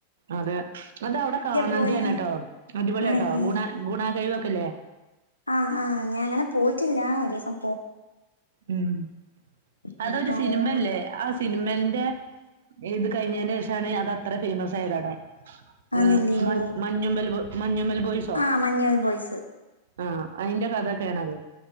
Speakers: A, on the right (about 60°); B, on the left (about 85°).
A: അതേ അതഅവടെ കാണണ്ടേണ്
B: പോയാ
A: ട്ടോ അടിപൊളിയാട്ടോ
B: ആണല്ലേ
A: ഗുണ ഗുണാ കഴിവൊക്കെല്ലേ
B: ആഹ് ആഹ് ഞാങ്ങനെ പോയിറ്റില്ലാ ഒരോസം
A: ഉം
B: ഇനിയിപ്പോ
A: അതൊരു സിനിമല്ലേ
B: ഓണം
A: ആഹ് സ് സിനിമന്റെ ഇത് കഴിഞ്ഞേന്റെ ശേഷാണ് അത് അത്ര ഫെയ്മസായത് അവടെ
B: ആന്നില്ലയോ
A: ആഹ് മ മഞ്ഞുമ്മൽ മഞ്ഞുമ്മൽ ബോയിസോ
B: ആഹ് മഞ്ഞുമൽ ബോയ്സ്
A: ആഹ് അയിന്റെ കഥാ യൊക്ക യാണത്